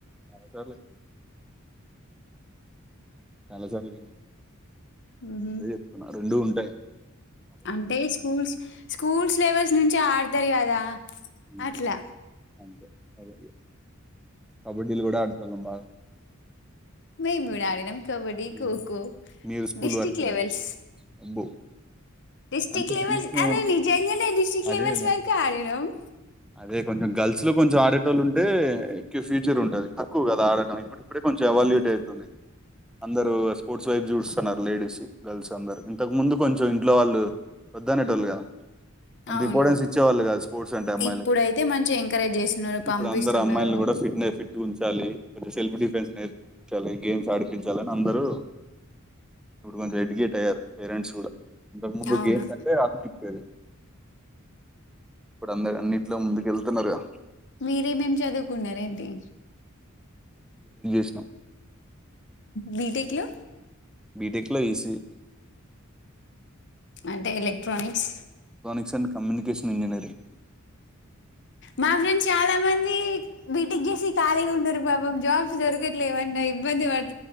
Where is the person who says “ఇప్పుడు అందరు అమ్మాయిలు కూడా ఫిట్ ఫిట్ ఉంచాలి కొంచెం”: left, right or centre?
Centre